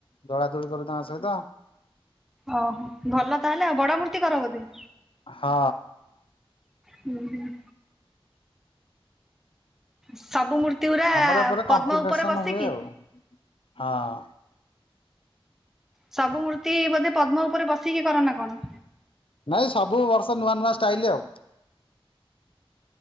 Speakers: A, on the left (about 65°); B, in the centre.
A: ଦଳାଦଳି କରୁ ତାଙ୍କ ସହିତ।
B: ଓହୋ ଭଲ ତାହେଲେ ଆଉ ବଡ ମୂର୍ତ୍ତି କର ବୋଧେ?
A: ହଁ।
B: ହୁଁ ହୁଁ। ସବୁ ମୂର୍ତ୍ତି ଗୁରା
A: ଆମର ଏପଟେ
B: ପଦ୍ମ
A: କମ୍ପିଟିସନ
B: ଉପରେ ବସିକି?
A: ହୁଏ ଆଉ। ହଁ।
B: ସବୁ ମୂର୍ତ୍ତି ବୋଧେ ପଦ୍ମ ଉପରେ ବସିକି କରନା କଣ?
A: ନାଇଁ ସବୁ ବର୍ଷ ନୂଆ ନୂଆ ଷ୍ଟାଇଲ ଆଉ।